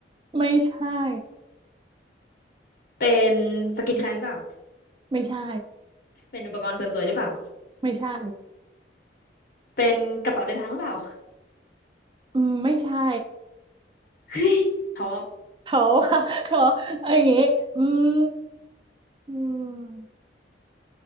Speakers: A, on the right; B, on the left.
A: ไม่ใช่
B: เป็นสกินแคร์หรือเปล่า
A: ไม่ใช่
B: เป็นอุปกรณ์เสริมสวยหรือเปล่า
A: ไม่ใช่
B: เป็นกระเป๋าเดินทางหรือเปล่า <laughs>
A: อืมไม่ใช่
B: เฮ้ยท้อ
A: เพราะว่า <laughs> เพราะเอาอย่างงี้อืมอืม